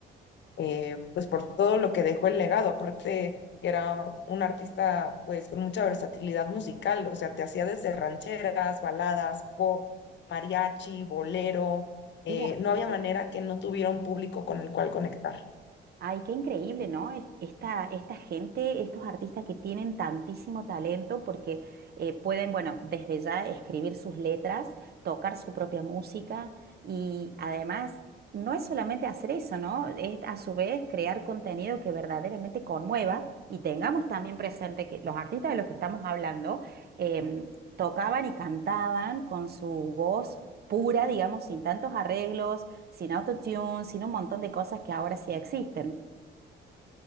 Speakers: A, on the left; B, on the right.
A: eh, pues por todo lo que dejó el legado, aparte que era un artista pues con mucha versatilidad musical, o sea, te hacía desde rancheras, baladas, pop, mariachi, bolero, eh,
B: Qué bonito.
A: no había manera que no tuviera un público con el cual conectar.
B: Ay, qué increíble, ¿no? Es- Esta, esta gente, estos artistas que tienen tantísimo talento porque eh, pueden, bueno, desde ya escribir sus letras, tocar su propia música y además no es solamente hacer eso, ¿no? Es a su vez crear contenido que verdaderamente conmueva y tengamos también presente que los artistas de los que estamos hablando em, tocaban y cantaban con su voz pura, digamos, sin tantos arreglos sin autotune, sin un montón de cosas que ahora sí existen.